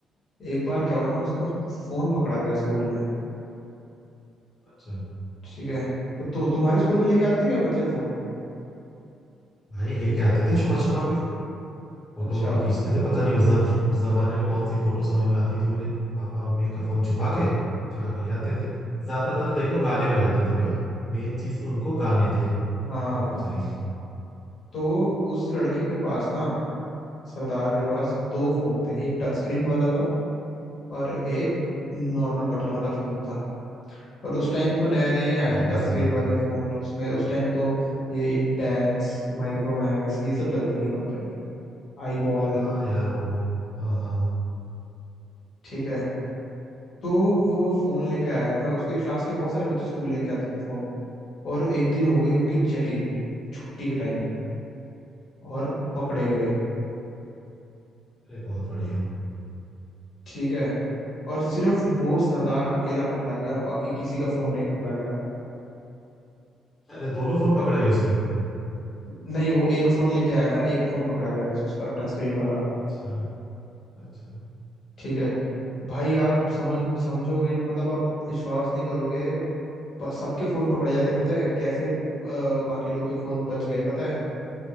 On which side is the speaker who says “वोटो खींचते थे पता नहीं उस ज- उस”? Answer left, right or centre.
Left